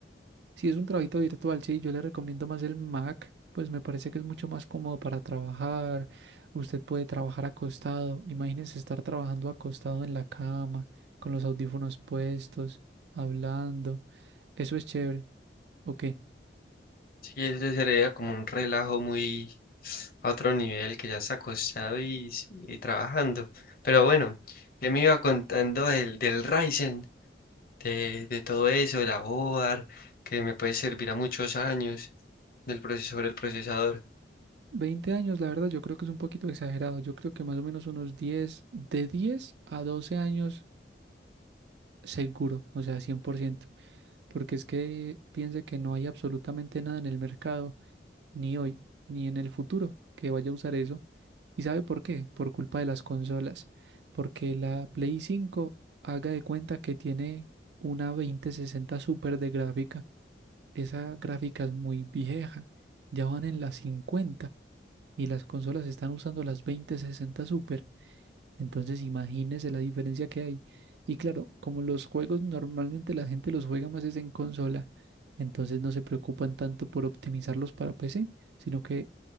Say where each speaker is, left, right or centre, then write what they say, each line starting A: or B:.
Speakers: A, on the right; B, on the left.
A: Si es un trabajito virtual, sí, yo le recomiendo más el Mac, pues me parece que es mucho más cómodo para trabajar. Usted puede trabajar acostado. Imagínese estar trabajando acostado en la cama, con los audífonos puestos, hablando. Eso es chévere. ¿O qué?
B: Sí, eso sería como un relajo muy a otro nivel que ya está acostado y, y trabajando. Pero bueno, ya me iba contando del, del Ryzen, de, de todo eso, de la board, que me puede servir a muchos años, del procesador el procesador.
A: 20 años, la verdad, yo creo que es un poquito exagerado. Yo creo que más o menos unos 10, de 10 a 12 años seguro, o sea, 100%. porque es que piense que no hay absolutamente nada en el mercado, ni hoy, ni en el futuro, que vaya a usar eso. ¿Y sabe por qué? Por culpa de las consolas, porque la Play 5 haga de cuenta que tiene una 2060 super de gráfica. Esa gráfica es muy vieja, ya van en las 50 y las consolas están usando las 2060 Super. Entonces, imagínese la diferencia que hay. Y claro, como los juegos normalmente la gente los juega más es en consola, entonces no se preocupan tanto por optimizarlos para PC, sino que